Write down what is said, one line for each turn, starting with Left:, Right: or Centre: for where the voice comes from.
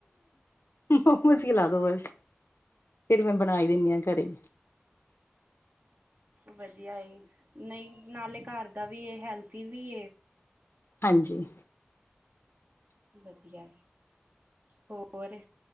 Left: ਮੋਮਸ ਖਿਲਾ ਦੋ ਬਸ, ਫੇਰ ਮੈਂ ਬਨਾਈ ਦਿੰਨੀ ਆਂ ਘਰੇ।
Right: ਵਦੀਆ ਏ, ਨਈਂ ਨਾਲੇ ਘਰ ਦਾ ਵੀ ਐ ਹੈਲਥੀ ਵੀ
Left: ਹਾਂਜੀ।
Right: ਵਦੀਐ, ਹੋਰ